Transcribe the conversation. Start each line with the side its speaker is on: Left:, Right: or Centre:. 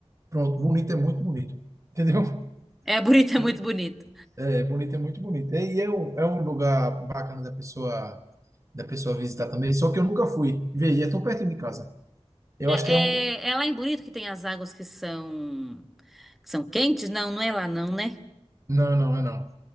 Right: Pronto, Bonito é muito bonito. Entendeu?
Centre: É bonito,
Right: Bo-
Centre: <laughs> é muito bonito.
Right: É, Bonito é muito bonito. E é, um- é um lugar bacana da pessoa da pessoa visitar também, só que eu nunca fui. Vê, e é tão perto de casa. Eu
Centre: É,
Right: acho que
Centre: é,
Right: é um.
Centre: é lá em Bonito que tem as águas que são, que são quentes? Não, não é lá não, né?
Right: Não, não, é não.